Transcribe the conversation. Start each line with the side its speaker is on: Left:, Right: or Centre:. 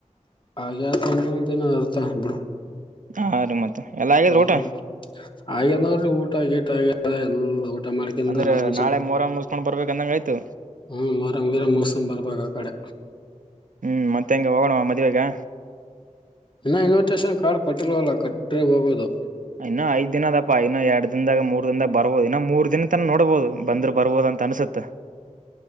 Left: ಹಾಗೆ ಆತಂದ ಇರುತ್ತೆ ಬಿಡು
Right: ಹಾ ಮತ್ತೆ ಎಲ್ಲ ಆಗಿದ್ರ
Left: ಹ್ಮ್
Right: ಊಟ
Left: ಹಾಗೇ ನೋಡಿರಿ ಊಟ ಗಿಟಾ ಎಲ್ಲ ಮಾಡ್ಕಂತ
Right: ಅಂದ್ರೆ
Left: ನಾವೊಂದ್
Right: ನಾಳೆ ಮೊರಂ ಮುಸ್ಕೊಂಡ್ ಬರ್ಬೇಕು ಅಂದಂಗ ಆಯ್ತು
Left: ಹ್ಮ ಮೊರಂ ಮುಗಿಸ್ಕೊಂಡು ಬರ್ಬೇಕು ಅ ಕಡೆ
Right: ಹ್ಮ್ ಮತ್ತೆ ಹೆಂಗೆ ಹೋಗೋಣವ ಮದುವೆಗೆ
Left: ಇನ್ನ ಇನ್ವಿಟೇಶನ್ ಕಾರ್ಡ್ ಕೊಟ್ಟಿಲ್ವಲ್ಲ ಕೊಟ್ಟರೆ ಹೋಗೋದು
Right: ಇನ್ನು ಐದ ದಿನದಪ್ಪಾ ಇನ್ನ ಎರಡ್ ದಿನದಾಗ ಬರ್ಬೋದು ಇನ್ನು ಮೂರ್ ದಿನ ತನ ನೋಡ್ಬೋದು ಬಂದ್ರ ಬರ್ಬೋದ ಅಂತ ಅನ್ಸುತ್ತ